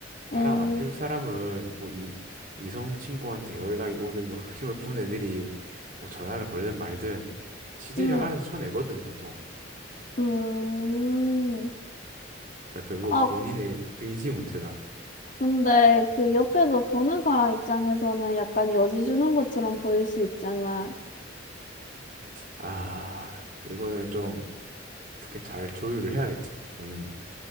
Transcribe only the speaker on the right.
바람
안 피울 사람은 뭐 이 이성 친구한테 연락이 오든 뭐 흑심을 푼 애들이 뭐 전화를 걸든 말든 지들이
알아서 쳐내거든 보통.
그러니까 결국
본인의 의지 문제다.
아, 이거는 좀 어떻게 잘 조율을 해야겠지 본인이.